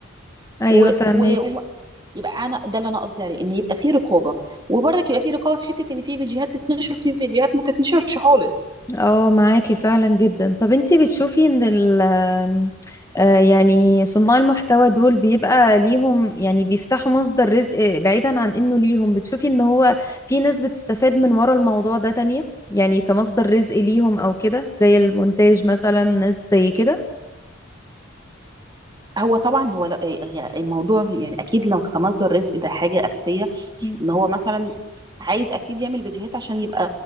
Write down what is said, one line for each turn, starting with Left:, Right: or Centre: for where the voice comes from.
Left: أيوة
Right: و...
Left: فاهمك
Right: و... يبقى انا ده اللي انا قصدي عليه ان يبقى في رقابه وبرضك يبقى في رقابه في حته ان في فيديوهات تتنشر في فيديوهات ما تتنشرش خالص
Left: اه معاكي فعلا جدا طب انتي بتشوفي ان ال آم، آه، يعني صناع المحتوى دول بيبقى ليهم يعني بيفتحوا مصدر رزق بعيدا عن انه ليهم بتشوفي ان هو في ناس بتستفاد من ورا الموضوع ده تانية يعني كمصدر رزق ليهم او كده زي المونتاج مثلا ناس زي كده
Right: هو طبعا هو لو هي الموضوع يعني اكيد لو كمصدر رزق ده حاجه اساسيه
Left: مم.
Right: ان هو مثلا عايز اكيد يعمل فيديوهات عشان يبقى